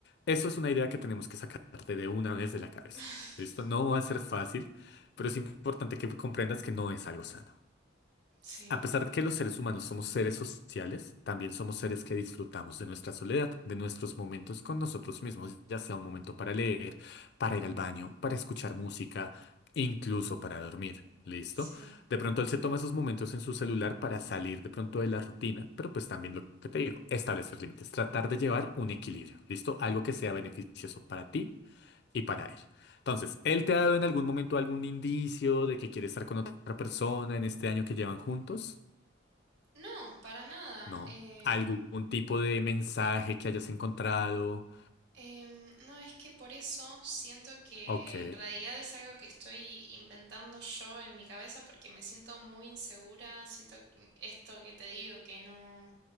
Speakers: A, on the left; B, on the right.
A: Eso es una idea que tenemos que sacarte de una vez de la cabeza,
B: <laughs>
A: ¿listo? No
B: <sighs>
A: va a ser fácil, pero es importante que comprendas que no es algo sano.
B: sí,
A: A pesar de que los seres humanos somos seres sociales, también somos seres que disfrutamos de nuestra soledad, de nuestros momentos con nosotros mismos, ya sea un momento para leer, para ir al baño, para escuchar música, e incluso para dormir. ¿Listo?
B: sí.
A: De pronto él se toma esos momentos en su celular para salir de pronto de la rutina, pero pues también lo que te digo, establecer límites, tratar de llevar un equilibrio, ¿listo? Algo que sea beneficioso para ti y para él. Entonces, ¿él te ha dado en algún momento algún indicio de que quiere estar con otra persona en este año que llevan juntos?
B: No, para nada.
A: No.
B: em,
A: ¿Algún tipo de mensaje que hayas encontrado?
B: em, no, es que por eso siento que
A: Ok,
B: en realidad es algo que estoy inventando yo en mi cabeza porque me siento muy insegura, siento que esto que te digo que no,